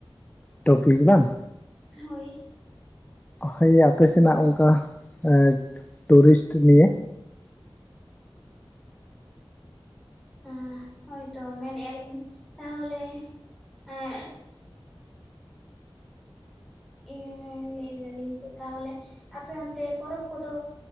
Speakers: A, on the left; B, in the centre.
A: ᱴᱚᱯᱤᱠ ᱵᱟᱝ?
B: ᱦᱳᱭ᱾
A: ᱦᱳᱭ ᱟᱯᱮ ᱥᱮᱱᱟᱜ ᱚᱝᱠᱟ ᱮᱸ ᱴᱩᱨᱤᱥᱴ ᱱᱤᱭᱮ᱾
B: ᱦᱮᱸ ᱦᱳᱭᱛᱳ ᱢᱮᱱᱮᱜ ᱟᱹᱞᱤᱧ ᱛᱟᱦᱚᱞᱮ ᱮᱸᱜ ᱤᱭᱟᱹ ᱞᱟᱹᱭ ᱫᱟᱞᱤᱧ ᱡᱮ ᱛᱟᱦᱚᱞᱮ ᱟᱯᱮ ᱚᱱᱛᱮ ᱯᱚᱨᱚᱵᱽ ᱠᱚᱫᱚ